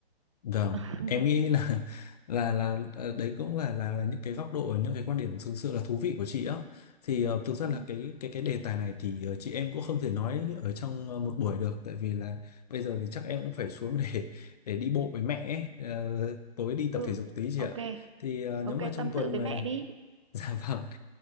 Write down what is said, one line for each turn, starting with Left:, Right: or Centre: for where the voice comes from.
Left: Vâng,
Right: <laughs>
Left: em nghĩ là là là ờ, đấy cũng là là, là những cái góc độ những cái quan điểm thực sự là thú vị của chị á. Thì ờ, thực ra
Right: ừ,
Left: là cái cái cái đề tài này thì ờ, chị em cũng không thể nói ở trong ờ, một buổi được tại vì là bây giờ thì chắc em cũng phải xuống để để đi bộ với mẹ ấy. Ờ, tối đi
Right: ừ.
Left: tập thể dục tí chị
Right: ok
Left: ạ. Thì ờ,
Right: ok
Left: nếu mà trong
Right: tâm
Left: tuần
Right: sự với
Left: mà
Right: mẹ đi
Left: <laughs> dạ vâng,